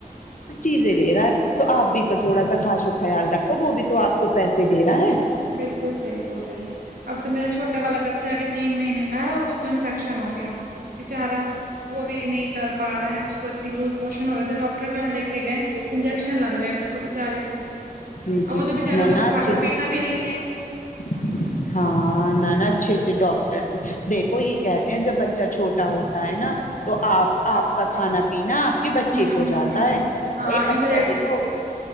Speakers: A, on the left; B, on the right.
A: چیزیں لے رہا ہے تو آپ بھی تو تھوڑا سا کاش خیال رکھو وہ بھی تو آپ کو پیسے دے رہا ہے
B: بلکل صحیح بول رہی ہیں اب تو میراچھوٹا والا بچہ ابھی تین مہینے کا ہے اس کو انفیکٹ کشن ہو گیا بچارا وہ بھی نہیں کر پا رہا ہے اس کو اتنی لوز موشن ہو رہا تھے ڈاکٹر ٹر کےاں لے کے گئے انجیکشن لگ رہے ہیں اس کو بچارے کو
A: جی
B: اور
A: جی
B: وہ تو بچارا
A: نہ
B: کچھ
A: نہ
B: کھاتا
A: اچھے سے
B: پیتا بھی نہیں ہے
A: <inaudible> ہاں نہ نا اچھے سے ڈاکٹر سے دیکھو یہ کہتے ہیں جب بچہ چھوٹا ہوتا ہے نا تو آپ آپ کا کھانا پینا آپ کے بچے
B: ہوں
A: کو جاتا
B: ہوں
A: ہے
B: ہاں
A: بائی
B: انڈائریکٹلی
A: بچہ دیکھو